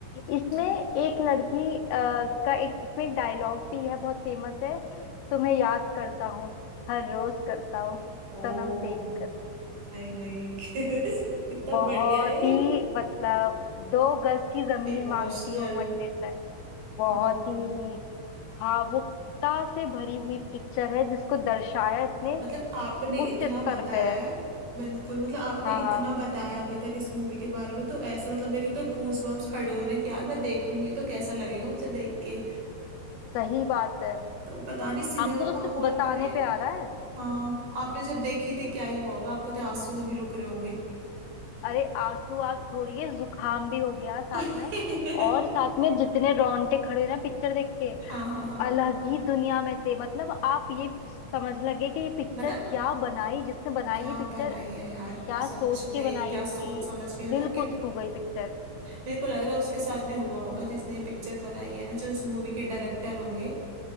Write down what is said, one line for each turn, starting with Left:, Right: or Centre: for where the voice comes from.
Left: इसमें
Right: तो
Left: एक लड़की अ, का एक इसमें एक डायलॉग भी है बहुत फेमस है तुम्हें याद करता हूँ हर रोज करता हूँ
Right: ओ
Left: सनम तेरी कसम
Right: हाय हाय <laughs> कितना
Left: बहुत
Right: बढ़िया है
Left: ही मतलब दो गज की जमीन
Right: इमोशनल
Left: मांगती है वो मंडिर राय बहुत
Right: हम्म, हम्म।
Left: ही भावुकता से भरी हुई पिक्चर है जिसको दर्शाया इतने
Right: मतलब आपने
Left: उच्च
Right: इतना
Left: स्तर
Right: बताया
Left: पे है
Right: है बिल्कुल मतलब आपने
Left: हाँ
Right: इतना
Left: हाँ
Right: बताया अभी तक इस मूवी के बारे में तो ऐसे मतलब मेरे तो गूज बम्स खड़े हो रहे हैं कि यार मैं देखूंगी तो कैसा लगेगा मुझे देख के
Left: सही बात है
Right: तो पता नहीं सिनेमा
Left: आपको तो सिर्फ
Right: हॉल
Left: बताने
Right: पर ये
Left: पे आ रहा है
Right: हाँ आपने जब देखी थी क्या ही हुआ होगा आपको तो आंसू नहीं रुक रहे होंगे
Left: अरे आंसू आप छोड़िए जुखाम भी हो गया साथ
Right: <laughs>
Left: में और साथ में जितने रोंगटे खड़े हुए ना पिक्चर देख के
Right: हाँ हाँ हाँ
Left: अलग ही दुनिया में थे मतलब आप ये समझ लगे कि ये पिक्चर
Right: मतलब
Left: क्या बनाई जिसने बनाई
Right: क्या
Left: ये पिक्चर
Right: बनाई है यार
Left: क्या
Right: सच
Left: सोच
Right: में
Left: के बनाई
Right: क्या
Left: होगी
Right: सोच समझ के मतलब
Left: दिल को
Right: कि
Left: छू गई पिक्चर
Right: मेरे को लग रहा है उसके साथ भी हुआ होगा जिसने ये पिक्चर बनाई है ना जो इस मूवी के डायरेक्टर होंगे